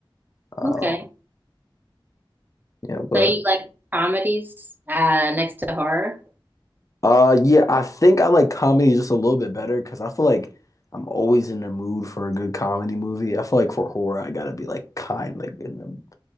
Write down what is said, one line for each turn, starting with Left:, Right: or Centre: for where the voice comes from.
Left: Um,
Right: Okay.
Left: yeah, but
Right: So you like comedies uh, next to horror?
Left: uh, yeah, I think I like comedy just a little bit better because I feel like I'm always in the mood for a good comedy movie. I feel like for horror, I gotta be like kind, like in the,